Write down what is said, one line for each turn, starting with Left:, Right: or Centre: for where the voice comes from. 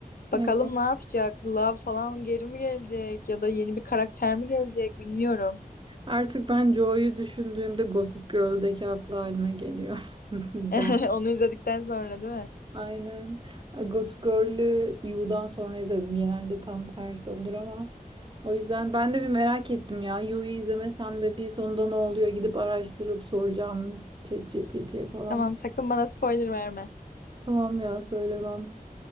Left: Bakalım
Right: Evet.
Left: ne yapacak? Love falan geri mi gelecek ya da yeni bir karakter mi gelecek bilmiyorum.
Right: Artık ben Joe'yu düşündüğümde Gossip Girl'deki aklı halime geliyor. <laughs> Den.
Left: <laughs> Onu izledikten sonra değil mi?
Right: Aynen. Gossip Girl'ü You'dan sonra izledim. Genelde tam tersi olur ama. O yüzden ben de bir merak ettim ya. You'yu izlemesem de bir sonunda ne oluyor? Gidip araştırıp soracağım ChatGPT'ye falan.
Left: Tamam sakın bana spoiler verme.
Right: Tamam ya söylemem.